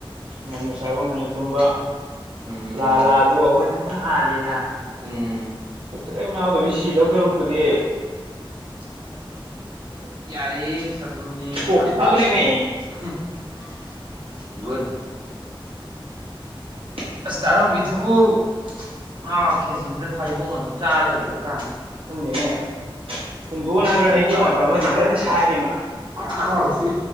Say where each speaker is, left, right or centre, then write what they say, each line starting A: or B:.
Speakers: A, on the right; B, on the right.
A: ꯉꯟꯅ ꯆꯥꯕ ꯉꯟꯅ ꯇꯨꯝꯕ
B: ꯎꯝ
A: ꯂꯥ ꯂꯥꯁꯨ ꯑꯩꯈꯣꯏꯅ ꯈꯤꯇꯪ ꯍꯥꯜꯂꯤꯅ
B: <inaudible> ꯎꯝ
A: ꯄꯨꯛꯇ ꯀꯩꯝ ꯌꯥꯎꯗꯕꯤ ꯁꯤꯗꯧ ꯁꯔꯛꯄꯨꯗꯤ
B: <unintelligible> ꯌꯥꯏꯍꯦ <unintelligible>
A: ꯀꯣꯛꯇꯤ ꯐꯕꯅꯦꯃꯦ
B: ꯒꯨꯠ
A: <unintelligible>
B: ꯗꯥꯔꯣꯝꯕꯤꯗꯨꯕꯨ ꯃꯥ ꯈꯦꯖꯤꯡꯗ ꯊꯩꯕꯣꯡ ꯑꯗꯨꯝ ꯆꯥꯔ ꯂꯩꯈ꯭ꯔꯕ ꯖꯥꯠꯂ
A: ꯈꯪꯗꯦꯅꯦ ꯄꯨꯡꯗꯣꯟ ꯍꯥꯏꯕ꯭ꯔꯥ ꯍꯩꯕꯣꯡ ꯍꯥꯏꯕ꯭ꯔꯥ ꯑꯃꯗꯤ ꯀꯟꯅ ꯁꯥꯏꯔꯤ ꯃꯥ
B: ꯀ꯭ꯔꯥꯛ ꯈꯥꯎꯁꯤ